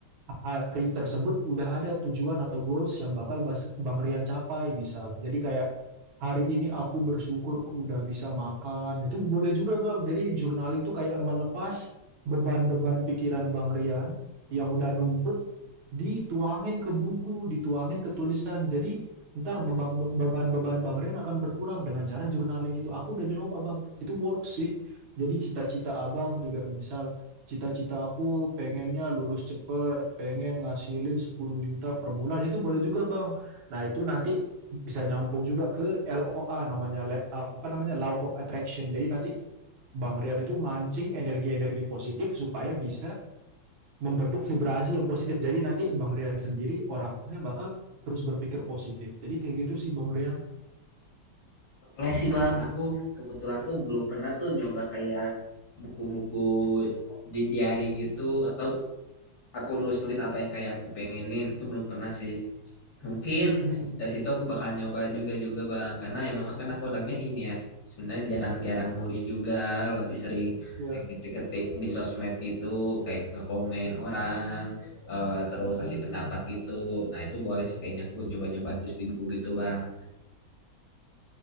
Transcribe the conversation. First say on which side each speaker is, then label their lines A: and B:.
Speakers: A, on the right; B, on the left.
A: hari tersebut udah ada tujuan atau goals yang bakal Bas- Bang Rian capai misal. Jadi kayak hari ini aku bersyukur udah bisa makan. Itu boleh juga Bang. Jadi journaling tuh kayak melepas beban-beban pikiran Bang Rian yang udah numpuk dituangin ke buku, dituangin ke tulisan. Jadi ntar beban- beban-beban Bang Ren akan berkurang dengan cara journaling itu. Aku udah nyoba Bang, itu work sih. Jadi cita-cita Abang juga misal cita-cita aku pengennya lulus cepet, pengen ngasilin 10 juta per bulan, itu boleh juga Bang. Nah itu nanti bisa nyambung juga ke LOA namanya le- apa namanya Law of Attraction. Jadi nanti Bang Rian itu mancing energi-energi positif supaya bisa membentuk vibrasi yang positif. Jadi nanti Bang Rian sendiri orangnya bakal terus berpikir positif. Jadi kayak gitu sih Bang Rian.
B: boleh sih bang aku kebetulan tuh belum pernah tuh nyoba kayak buku-buku di diary gitu atau aku nulis-nulis apa yang kayak aku pengenin itu belum pernah sih mungkin
A: Hmm,
B: dari situ aku bakal nyoba juga juga bang karena emang kan aku orangnya ini ya sebenarnya jarang-jarang nulis juga lebih sering
A: ya.
B: kayak ketik-ketik di sosmed gitu kayak ngekomen orang eh, terus kasih
A: Hmm.
B: pendapat gitu nah itu boleh sih kayaknya aku nyoba-nyoba terus di buku gitu bang